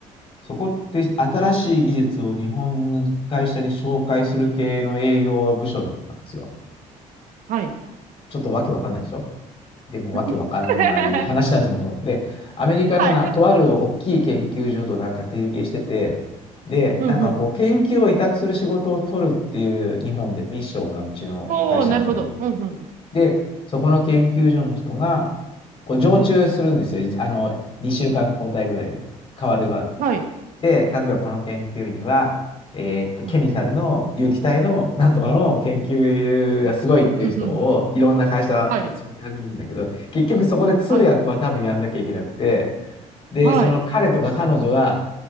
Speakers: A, on the left; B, on the right.
A: そこって新しい技術を日本の会社に紹介する系の営業部署だったんですよ。
B: はい。
A: ちょっとわけわかんないでしょでもわけわかんない話なんですもんと思って。
B: <laughs>
A: で、アメリカのな、
B: はい、
A: とある大きい研究所となんか提携してて、で、
B: うん、
A: なんかこう、
B: うん。
A: 研究を委託する仕事を取るっていう日本でミッションがうちの会社のその
B: おー、なるほど。うん、うん、
A: で、そこの研究所の人が、こう常駐するんですよ。
B: うん、
A: いあの、2週間交代ぐらいで。変わる変わる。
B: はい、
A: で、例えばこの研究員は、えーっと、ケミカルの有機体のなんとかの研究がすごいっていう人をいろんな会社連れてくるんだけど、
B: うん、うん、うん、うん、うん、はい、
A: 結局そこで通訳は多分やんなきゃいけなくて、
B: はい、
A: で、
B: はい。
A: その彼とか彼女は